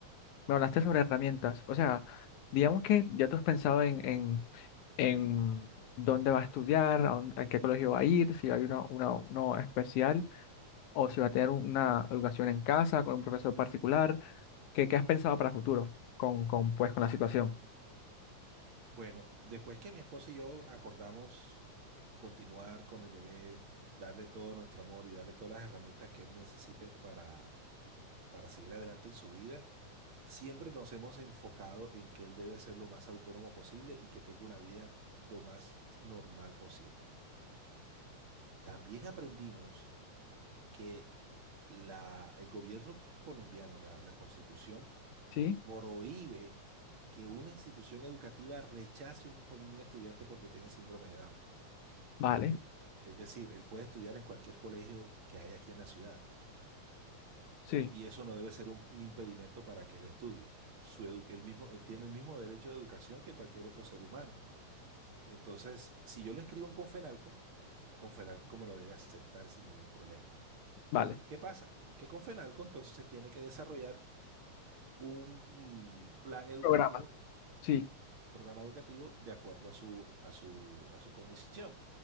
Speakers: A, on the left; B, on the right.
A: me hablaste sobre herramientas. O sea, digamos que ya tú has pensado en, en, en dónde va a estudiar, a, dónde- a qué colegio va a ir, si hay una, una- uno especial o si va a tener una educación en casa con un profesor particular. ¿Qué, qué has pensado para futuro con, con, pues, con la situación?
B: Bueno, después que mi esposa y yo acordamos continuar con el bebé, darle todo nuestro amor y darle todas las herramientas que él necesite para, para seguir adelante en su vida, siempre nos hemos enfocado en que él debe ser lo más autónomo posible y que tenga una vida lo más normal posible. También aprendimos que la, el gobierno colombiano, la, la constitución,
A: Sí,
B: prohíbe que una institución educativa rechace un, un estudiante porque tiene síndrome de Down.
A: vale,
B: Es decir, él puede estudiar en cualquier colegio que hay aquí en la ciudad
A: sí,
B: y eso no debe ser un, un impedimento para que él estudie. Su edu- él mismo, él tiene el mismo derecho de educación que cualquier otro ser humano. Entonces, si yo lo inscribo en Confenalco, Confenalco me lo debe aceptar sin ningún problema.
A: vale.
B: ¿Qué pasa? Que Confenalco entonces tiene que desarrollar un plan educativo,
A: Programa. Sí,
B: programa educativo, de acuerdo a su, a su, a su condición.